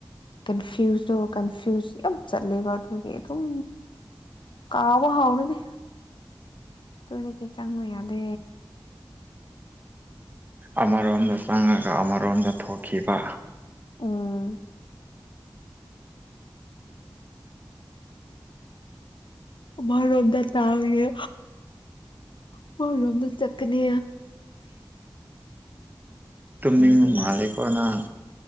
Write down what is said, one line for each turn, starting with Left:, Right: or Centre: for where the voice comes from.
Left: ꯀꯟꯐ꯭ꯌꯨꯁꯇꯣ ꯀꯟꯐ꯭ꯌꯨꯁ ꯌꯥꯝ ꯆꯂꯦꯕ ꯑꯗꯨꯒꯤ ꯑꯗꯨꯝ ꯀꯥꯎꯕ ꯍꯥꯎꯔꯅꯤ ꯑꯗꯨꯗꯒꯤ ꯆꯪꯑꯣ ꯌꯥꯗꯦ
Right: ꯑꯃꯔꯣꯝꯗ ꯆꯪꯉꯒ ꯑꯃꯔꯣꯝꯗ ꯊꯣꯛꯈꯤꯕ
Left: ꯎꯝ ꯑꯃꯅꯣꯟꯗ ꯇꯥꯎꯋꯤꯌꯦ ꯑꯃꯔꯣꯝꯗ ꯆꯠꯀꯅꯤ
Right: ꯇꯨꯝꯅꯤꯡꯕ
Left: ꯑꯗꯨꯒꯤ
Right: ꯃꯥꯂꯦꯀꯣꯅꯪ